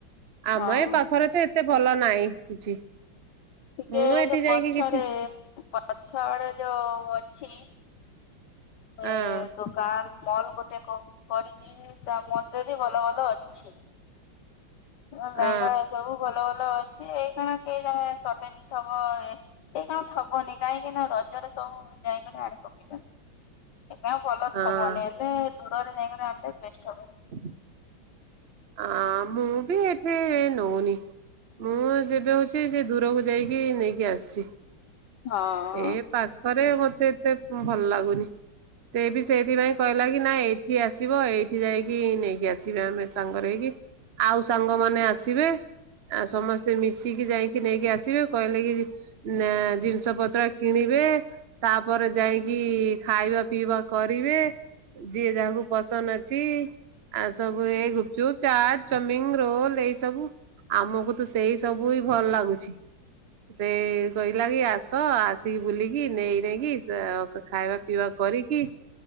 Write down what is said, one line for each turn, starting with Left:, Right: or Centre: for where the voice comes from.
Right: ଆମ
Left: ହଁ
Right: ଏ ପାଖରେ ତ ଏ ଏତେ ଭଲ ନାଇ କିଛି।
Left: ଟିକେ
Right: ମୁଁ ଏଠି
Left: ସେ
Right: ଯାଇକି
Left: ପଛରେ
Right: କିଛି
Left: ପଛଆଡ଼େ ଯୋଉ ଅଛି
Right: ହଁ
Left: ଏଁ ଦୋ କାନ୍ ମଲ୍ ଗୋଟେ କ କରିଛି ତା ମଲ୍ ରେ ବି ଭଲ ଭଲ ଅଛି। ଲେହଙ୍ଗା
Right: ହଁ
Left: ଏ ସବୁ ଭଲ ଭଲ ଅଛି ଏଇ କାଣା କେ ଜାଗା ସଟେଜ୍ ଥବ ଏ ଏଇ କଣ ଥବନି କାହିଁକି ନା ରଜରେ ସବୁ ଯାଇକରି ଆଣି ପକେଇଛନ୍ତି। ଏ କା ଭଲ
Right: ହଁ
Left: ଥବନି ହେଲେ ଦୂରରେ ଯାଇକିଣା ଆଣିଲେ ବେଷ୍ଟ ହବ।
Right: <inaudible> ଆ ମୁଁ ବି ଏଠେ ନଉନି ମୁଁ ଯେବେ ହଉଛି ସେ ଦୂରକୁ ଯାଇକି ନେଇକି ଆସିଛି
Left: ହଁ
Right: ଏ ପା ଖରେ ମତେ ଏତେ ଭଲ ଲାଗୁନି। ସେ ବି ସେଇଥିପାଇଁ କହିଲା କି ନା ଏଇଠି ଆସିବ ଏଇଠି ଯାଇକି ନେଇକି ଆସିବେ ଆମେ। ସାଙ୍ଗରେ ହେଇକି ଆଉ ସାଙ୍ଗମାନେ ଆସିବେ। ଆ ସମସ୍ତେ ମିଶିକି ଯାଇକି ନେଇକି ଆସିବେ କହିଲେ କି ନା ଜିନିଷ ପ ତ୍ର କିଣିବେ ତାପରେ ଯାଇକି ଖାଇବା ପିଇବା କରିବେ ଯିଏ ଯାହାକୁ ପସନ୍ଦ ଅଛି ଆ ସବୁ ଏ ଗୁପ୍ ଚୁପ୍ ଚାଟ୍ ଚମିଙ୍ଗ ରୋଲ ଏଇ ସବୁ। ଆମକୁ ତ ସେଇ ସବୁ ହି ଭଲ ଲାଗୁଛି। ସେ କହିଲା କି ଆସ ଆସିକି ବୁଲିକି ନେଇ ନେଇକି ସା ଖାଇବା ପିଇବା କରିକି